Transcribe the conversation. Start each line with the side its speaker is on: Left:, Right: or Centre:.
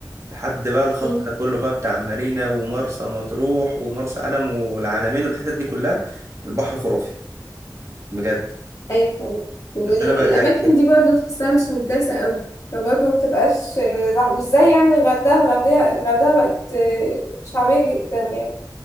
Right: لحد بقى الخط
Left: امم
Right: ده كله بقى بتاع مارينا ومرسى مطروح ومرسى علم والعلمين والحتت دي كلها البحر خرافي بجد
Left: ايوه فعلا والاماكن
Right: بس انا بقى بقى-
Left: دي برضو تحسها مش متداسه قوي فبرضه ما بتبقاش آه، زح- مش زي يعني الغردقه الغردقه الغردقه بقت آه، شعبيه جدا يعني